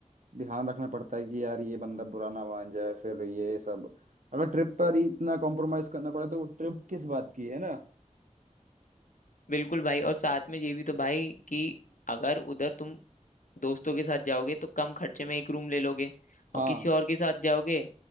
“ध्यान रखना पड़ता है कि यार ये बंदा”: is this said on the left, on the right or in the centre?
Right